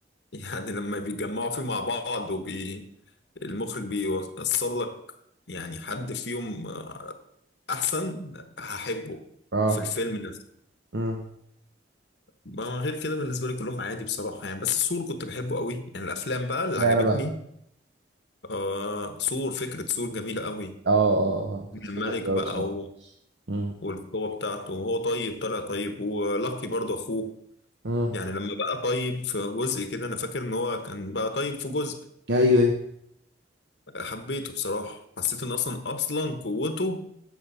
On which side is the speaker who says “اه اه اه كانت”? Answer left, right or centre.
Right